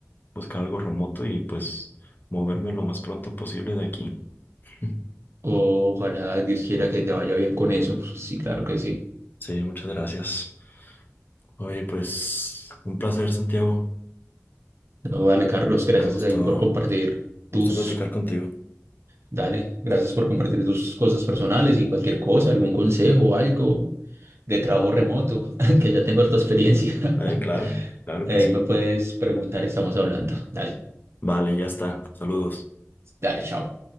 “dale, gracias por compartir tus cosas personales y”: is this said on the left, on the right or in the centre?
Right